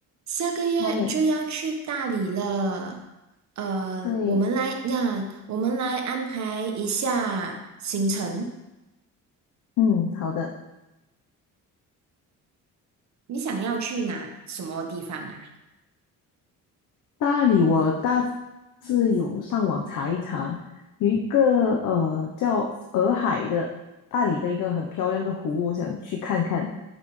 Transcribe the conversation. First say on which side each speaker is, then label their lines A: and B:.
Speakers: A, on the right (about 55°); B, on the left (about 70°).
A: 下个月就要去大理了，
B: 嗨，
A: 呃，
B: 对，
A: 我们来呀，我们来安排一下行程。
B: 嗯，好的。
A: 你想要去哪什么地方啊？
B: 大理我大致有上网查一查，有一个呃叫洱海的大理的一个很漂亮的湖，我想去看看